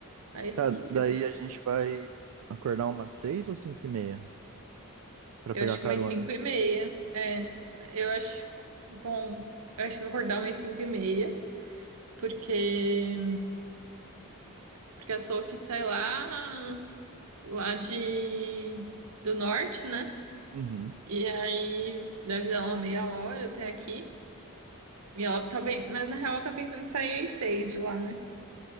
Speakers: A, on the right; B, on the right.
A: Aí
B: Tá,
A: sim, que
B: daí a gente vai acordar umas seis ou cinco e meia pra
A: eu
B: pegar
A: acho
B: carona.
A: que umas 5 e meia. É, eu acho bom, eu acho que eu vou acordar umas 5 e meia, porque, porque a Sophie sai lá, lá de, do norte, né?
B: Uhum.
A: E aí deve dar uma meia hora até aqui. E ela tá bem, mas na real ela tá pensando em sair às 6 de lá, né?